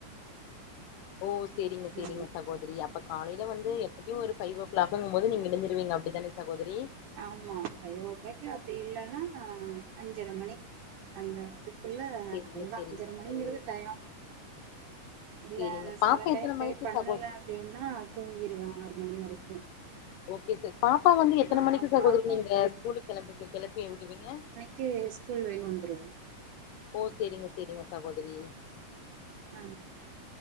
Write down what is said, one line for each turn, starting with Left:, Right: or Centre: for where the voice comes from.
Left: ஓ சேரிங்க சேரிங்க
Right: ஆமா
Left: சகோதரி அப்ப காலையில வந்து எப்டியு ஒரு ஃபைவ் ஓ கிளாக்குங் போது நீங்க எழுஞ்சிருவீங்க அப்டிதானே சகோதரி
Right: ஆமா ஃபைவ் ஓ கிளாக் அப்டி இல்லன்னா ஆ அஞ்சர மணி அந்த அதுக் குள்ள
Left: சேரிங்க
Right: அவ்ளோதா
Left: சேரிங்க
Right: அஞ்சர மணிங்கிறது
Left: சகோதரி
Right: டயோ இல்ல
Left: சேரிங்க பாப்பா
Right: சில டைம்
Left: எத்தன
Right: ப்ரே
Left: மணிக்கு
Right: பண்ணல
Left: சகோ
Right: அப்டின்னா தூங்கிருவே ஆறு மணி வரைக்கு
Left: ஓகே ச பாப்பா வந்து எத்தன
Right: ஆ
Left: மணிக்கு சகோதரி
Right: பாப்பா
Left: நீங்க ஸ்கூலுக் கிளம் கிளப்பி விடுவீங்க
Right: தே ஸ்கூல் வேன் வந்துரு
Left: ஓ சேரிங்க சேரிங்க சகோதரி
Right: ஆ